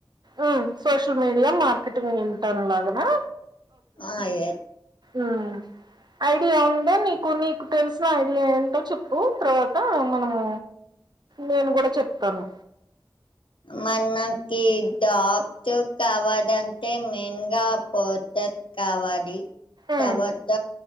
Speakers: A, on the right; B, on the left.
A: ఆ సోషల్ మీడియా మార్కెటింగ్ ఇంటర్న్ల్లాగానా
B: వాయే
A: ఉ ఐడియా ఉందా నీకు నీకు తెలిసిన ఐడియా ఏంటో చెప్పు తర్వాత మనము నేను కూడా చెప్తాను
B: మనకి తెలియని జాన్స్ కావలాంటె మెన్గా పోత కావాడి
A: ఉమ్
B: తవాత